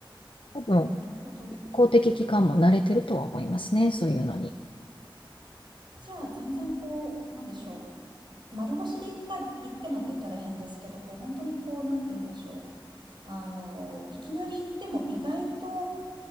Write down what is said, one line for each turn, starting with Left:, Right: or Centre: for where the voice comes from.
Left: 多分
Right: なるほど。
Left: 公的機関も慣れてるとは思いますね、そういうのに。
Right: じゃあ、全然こう、なんでしょう。丸腰で行った、行ってもって言ったら変ですけど、こう、本当にこう、なんて言うんでしょう。あの、いきなり行っても意外と